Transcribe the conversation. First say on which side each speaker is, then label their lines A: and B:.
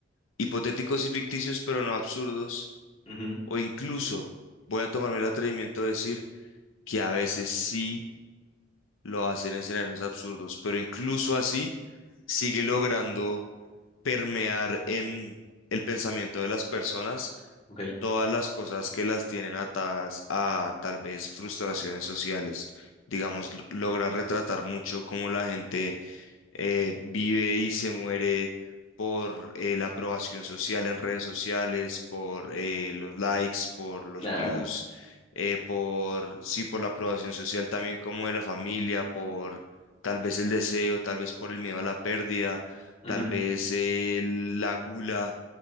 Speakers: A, on the left (about 80°); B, on the left (about 30°).
A: Hipotéticos y ficticios, pero no absurdos.
B: Ujú,
A: O incluso voy a tomarme el atrevimiento de decir que a veces sí lo hacen en escenarios absurdos, pero incluso así sigue logrando permear en el pensamiento de las personas
B: Ok.
A: todas las cosas que las tienen atadas a tal vez frustraciones sociales. Digamos, l- logra retratar mucho cómo la gente eh, vive y se muere por eh, la aprobación social en redes sociales, por eh, los likes, por los
B: claro,
A: views, eh, por, sí, por la aprobación social también como de la familia, por tal vez el deseo, tal vez por el miedo a la pérdida,
B: Ujú.
A: tal vez eh, la gula